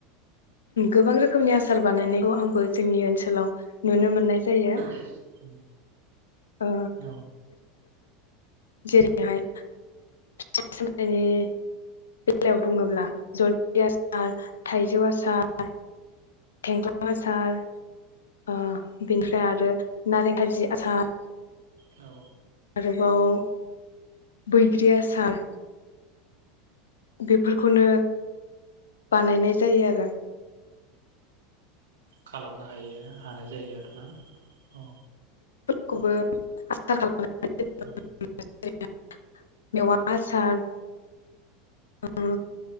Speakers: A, on the left (about 85°); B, on the right (about 80°).
A: गोबां रोखोमनि आसार बानायनायखौ आंबो जोंनि ओनसोलाव नुनो मोननाय
B: <unintelligible>
A: जायो ओ
B: औ।
A: जेरैहाय फिथाइ सामथाइनि बेलायाव बुङोब्ला जलफि आसार, थाइजौ आसार थेंख्ला आसार ओ बेनिफ्राय आरो नारें खाजि आसार।
B: औ
A: बाव बैग्रि आसार। बेफोरखौनो बानायनाय जायो आरो।
B: खालामनो हायो हानाय जायो आरोना औ
A: खौबो
B: औ।
A: <unintelligible>
B: औ
A: <unintelligible> मेवा आसार ओ